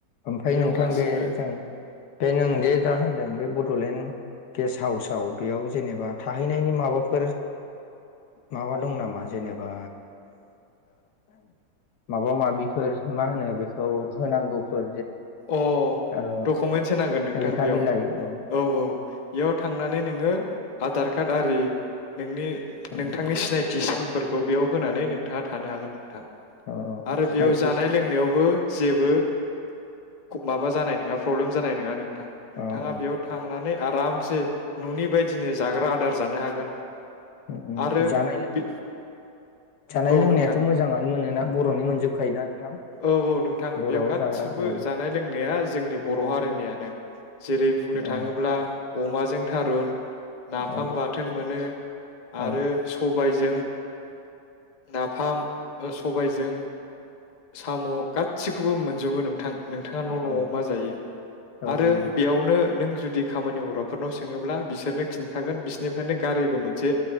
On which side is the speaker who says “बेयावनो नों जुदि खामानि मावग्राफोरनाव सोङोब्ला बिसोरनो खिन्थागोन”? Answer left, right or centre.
Left